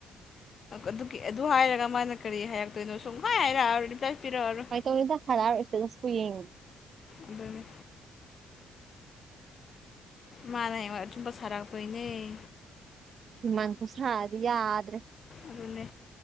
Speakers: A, on the left; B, on the right.
A: ꯑꯗꯨ ꯑꯗꯨ ꯍꯥꯏꯔꯒ ꯃꯥꯅ ꯀꯔꯤ ꯍꯥꯏꯔꯛꯇꯣꯏꯅꯣ ꯁꯨꯝ ꯍꯥꯏꯔꯛꯑꯔ ꯔꯤꯄ꯭ꯂꯥꯏ ꯄꯤꯔꯛꯑꯔ‌ꯣꯏ
B: <unintelligible>
A: ꯑꯗꯨꯅꯤ ꯃꯅ ꯍꯌ‌ꯦꯡꯋꯥꯏ ꯑꯆꯨꯝꯕ ꯁꯔꯥꯛꯇ‌ꯣꯏꯅ‌ꯦ
B: ꯍꯨꯃꯥꯡ ꯈꯨꯁꯥꯗꯤ ꯌꯥꯗ꯭ꯔꯦ
A: ꯑꯗꯨꯅꯦ